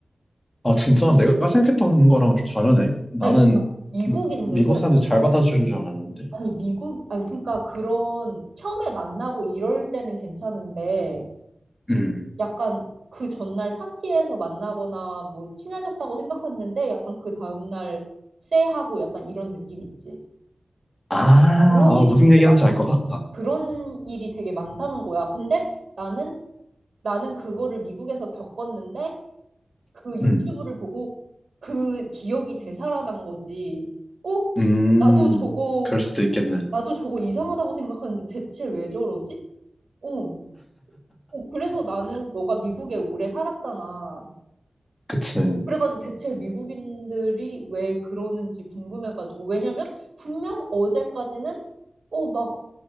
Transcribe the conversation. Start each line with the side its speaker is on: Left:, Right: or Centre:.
Left: 아, 진짜 내가 생각했던 거랑 좀 다르네. 나는
Right: 아니, 그러니까 미국인들은
Left: 미, 미국 사람들이 잘 받아주는 줄 알았는데.
Right: 아니 미국 아니 그러니까 그런 처음에 만나고 이럴 때는 괜찮은데
Left: 응.
Right: 약간 그 전날 파티에서 만나거나 뭐 친해졌다고 생각했는데 약간 그 다음날 쎄하고 약간 이런 느낌 있지.
Left: 아,
Right: 그런
Left: 아,
Right: 일이
Left: 무슨
Right: 되게
Left: 얘기하는지
Right: 많다.
Left: 알 것 같다.
Right: 그런 일이 되게 많다는 거야. 근데 나는 나는 그거를 미국에서 겪었는데 그 유튜브를
Left: 음,
Right: 보고 그 기억이 되살아난 거지. 어?
Left: 음,
Right: 나도 저거
Left: 그럴 수도 있겠네.
Right: 나도 저거 이상하다고 생각하는데 대체 왜 저러지? 어. 어, 그래서 나는 너가 미국에 오래 살았잖아.
Left: 그치.
Right: 그래가지고 대체 미국인들이 왜 그러는지 궁금해가지고 왜냐면 분명 어제까지는 어 막